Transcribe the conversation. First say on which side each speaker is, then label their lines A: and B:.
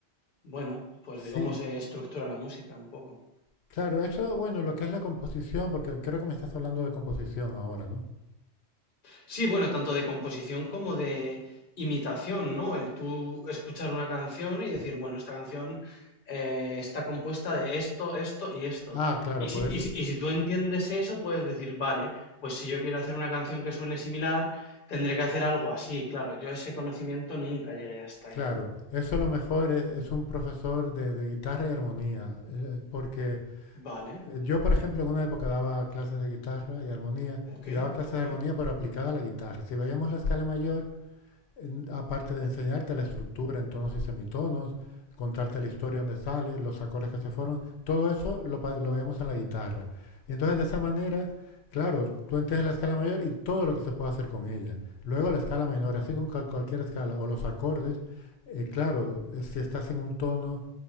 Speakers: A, on the left; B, on the left.
A: bueno, pues de
B: Sí,
A: cómo se estructura la música un poco.
B: claro, eso, bueno, lo que es la composición, porque creo que me estás hablando de composición ahora, ¿no?
A: Sí, bueno, tanto de composición como de imitación, ¿no? El tú escuchar una canción y decir, bueno, esta canción eh, está compuesta de esto, esto y esto.
B: Ah, claro,
A: Y si,
B: poder,
A: y
B: s-
A: si- y si tú entiendes eso, puedes decir, vale, pues si yo quiero hacer una canción que suene similar, tendré que hacer algo así. Claro, yo ese conocimiento nunca llegué hasta
B: claro,
A: ahí.
B: eso lo mejor es, es un profesor de, de guitarra y armonía, eh, porque
A: Vale,
B: eh, yo, por ejemplo, en una época daba clases de guitarra y armonía,
A: ok,
B: y daba clases
A: ok.
B: de armonía pero aplicada a la guitarra. Si veíamos la escala mayor, en- aparte de enseñarte la estructura en tonos y semitonos, contarte la historia donde sale, los acordes que se fueron, todo eso lo, pa- lo veíamos en la guitarra. Y entonces de esa manera, claro, tú entiendes la escala mayor y todo lo que se puede hacer con ella. Luego la escala menor, así con cual- cualquier escala, o los acordes, eh, claro, eh, si estás en un tono